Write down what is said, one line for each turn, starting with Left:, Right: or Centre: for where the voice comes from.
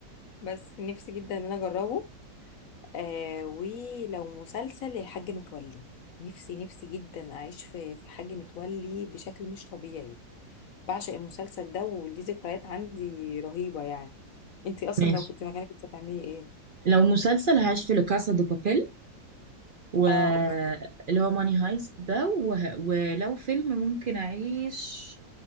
Left: بس نفسي جدا إن أنا أجربه آه، ولو مسلسل الحاج متولي نفسي نفسي جدا أعيش في في الحاج متولي بشكل مش طبيعي بعشق المسلسل ده وليه ذكريات عندي رهيبة يعني انتي اصلا
Right: ماشي
Left: لو كنت مكانك كنت هتعملي ايه
Right: لو مسلسل هعيش في لوكاسا دو بابيل واللي
Left: اه اوكي
Right: هو ماني هايست ده وه... ولو فيلم ممكن اعيش